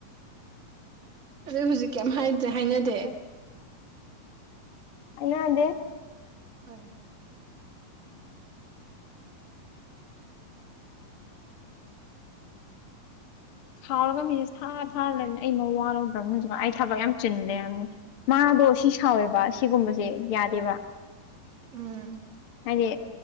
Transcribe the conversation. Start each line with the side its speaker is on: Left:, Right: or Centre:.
Right: ꯑꯩ ꯍꯧꯖꯤꯛ ꯀꯩꯝ ꯍꯥꯏꯗ꯭ꯔꯦ ꯍꯥꯏꯅꯗꯦ
Left: ꯑꯩꯅꯗꯦ
Right: ꯍ
Left: ꯁꯥꯎꯔꯒ ꯃꯤꯁꯦ ꯊꯥꯔ ꯊꯥꯔꯂꯕꯅꯤꯅꯦ ꯑꯩꯃ ꯋꯥꯔꯧꯗ꯭ꯔꯕꯅꯤꯅꯁꯨ ꯑꯩ ꯊꯕꯛ ꯌꯥꯝ ꯆꯤꯜꯂꯦ ꯍꯥꯏꯕꯅꯤ ꯃꯥꯗꯣ ꯁꯤ ꯁꯥꯎꯋꯦꯕ ꯁꯤꯒꯨꯝꯕꯁꯦ ꯌꯥꯗꯦꯕ
Right: ꯎꯝ
Left: ꯍꯥꯏꯗꯤ